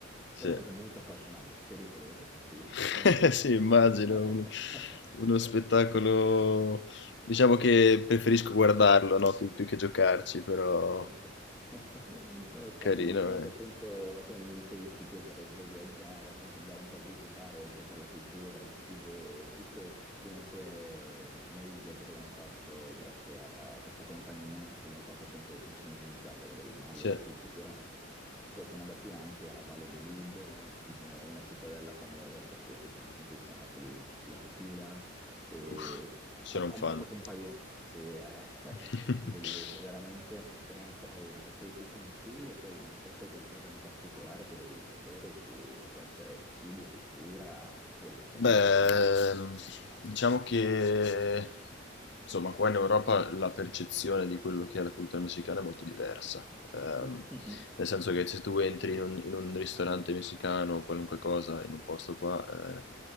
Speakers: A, on the left (about 60°); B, in the centre.
A: Sì.
B: Però è stato molto affascinante, pericoloso, sì,
A: <laughs>
B: ma molto affascinante.
A: Sì, immagino uno,
B: <laughs>
A: uno spettacolo. Diciamo che preferisco guardarlo, no? Più, più che giocarci, però
B: Certo. <laughs> Eh, Infatti,
A: Carino,
B: diciamo che
A: eh.
B: appunto, come mi dicevi, che ti piacerebbe viaggiare, appunto andare un po' a visitare, oltre per la cultura, il cibo e tutto, comunque noi il viaggio che abbiamo fatto grazie a questa compagnia, che abbiamo fatto appunto Cicinizza per vedere i Maya
A: Sì.
B: e la cultura, poi siamo andati anche a Valladolid, diciamo una cittadella famosa perché si pensa in cui sia nato lì la tequila, e
A: Uff,
B: a-
A: sono un
B: abbiamo
A: fan.
B: fatto un paio, sì, è <laughs>
A: <laughs>
B: bellissimo, veramente un'esperienza unica che ti consiglio. Poi non so se hai qualcosa in particolare che volevi sapere su, che può essere cibo, cultura, ori- cioè
A: Beh,
B: vera là.
A: ehm, diciamo che insomma, qua in Europa la percezione di quello che è la cultura messicana è molto diversa. Ehm,
B: <laughs> Mhm.
A: nel senso che se tu entri in un, in un ristorante messicano, qualunque cosa, in un posto qua, eh,